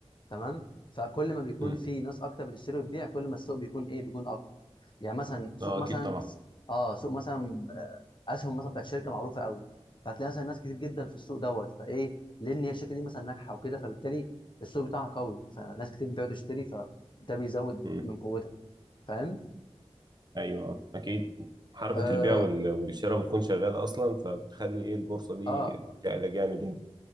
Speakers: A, on the left; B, on the right.
A: تمام فكل ما بيكون
B: امم
A: في ناس اكتر بتشتري وتبيع كل ما السوق بيكون ايه بيكون اقوى يعني مثلا سوق
B: اه اكيد
A: مثلا
B: طبعا
A: اه سوق مثلا آه، اسهم مثلا بتاعت شركه معروفه قوي فهتلاقي مثلا ناس كتير جدا في السوق دوت فايه لان هي الشركه دي مثلا ناجحه وكده فبالتالي السوق بتاعها قوي فناس كتير بتبيع وتشتري فده بيزود
B: مم.
A: من قوتها فاهم
B: ايوه اكيد حركه
A: اه,
B: البيع وال- والشراء بتكون شغاله اصلا فبتخلي ايه البورصه دي
A: آه
B: تعلى جامد يعني